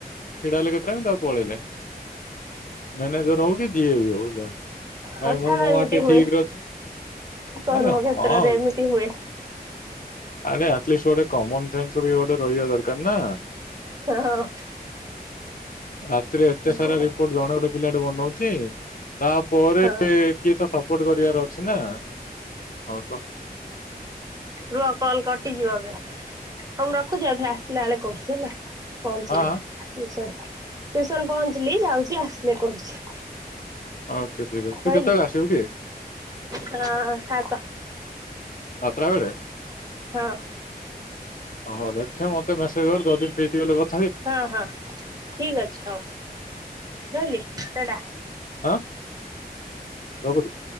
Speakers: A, on the left; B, on the right.
A: ଛିଡା ହେଲେ କେତେ ଟାଇମ୍ ତାପରେ ପଳେଇଲେ। ମ୍ୟାନେଜର ହଉ କି ଯିଏ ବି ହଉ। ଭାଇ
B: ହଁ ଛାଡ
A: ମୁଁ ମୋ
B: ଏମିତି
A: ବାଟେ
B: ହୁଏ।
A: ଠିକ୍ ରେ ଅଛି।
B: କର୍ମକ୍ଷେତ୍ରରେ
A: ଆରେ ହଁ
B: ଏମିତି ହୁଏ।
A: ଆରେ ଆଟଲିଷ୍ଟ ଗୋଟେ କମନ ସେନ୍ସ ବି ଗୋଟେ ରହିବା ଦରକାର ନା।
B: ହଁ ହଁ।
A: ରାତିରେ ଏତେ ସାରା
B: ହଁ
A: ରିପୋର୍ଟ ଜଣେ ଗୋଟେ ପିଲାଟେ ବନଉଛି। ତା ପରେ
B: ହଁ
A: କିଏ ତ ସପୋର୍ଟ କରିବାର ଅଛି ନା ହଁ
B: ରୁହ କଲ କଟିଯିବ ଏବେ ତ ମୁଁ ରଖୁଛି। ଆଉ ଥରେ ଆସିଲା ବେଳେ କହୁଛି ହେଲା। ପହଞ୍ଚିଲି
A: ହଁ।
B: ଟ୍ୟୁସନ। ଟ୍ୟୁସନ ପହଞ୍ଚିଲି ଯାଉଛି ଆସିଲେ କରୁଛି।
A: ଓକେ ଠିକ୍ ଅଛି। ତୁ
B: ରହିଲି
A: କେତେବେଳେ ଆସିବୁ କି?
B: ହଁ ସା
A: ସାତଟା ବେଳେ?
B: ହଁ।
A: ହଁ ଦେଖେ ମତେ ମେସେଜ୍ କର ଯଦି ଫ୍ରୀ ଥିବି କ
B: ହଁ ହଁ ଠିକ ଅଛି। ହଉ ରହିଲି ଟାଟା।
A: ଆଁ ରଖୁଛି।